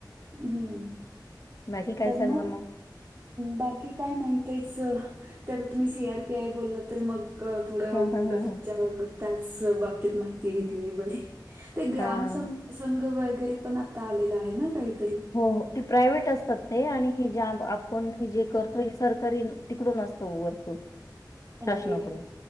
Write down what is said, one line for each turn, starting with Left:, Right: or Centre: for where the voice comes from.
Right: हम्म.
Left: बाकी काय
Right: तर
Left: चाललं
Right: मग बाकी काय नाही. तेच. ते आता तुम्ही सी आर पी आय बोलला. तर मग थोड
Left: हां,
Right: म्हणलं,
Left: हां, हां,
Right: तुमच्याकडून
Left: हां.
Right: त्याच बाबतीत माहिती घेतलेली बरी. ते ग्रामस
Left: हां.
Right: संघ वगैरे पण आता आलेला आहे, ना. काहीतरी.
Left: हो. हो. ते प्रायव्हेट असतात, ते. आणि ज आपण जे करतो. हे सरकारी तिकडून असत, वरतुन.
Right: ओके
Left: शासनाकडून.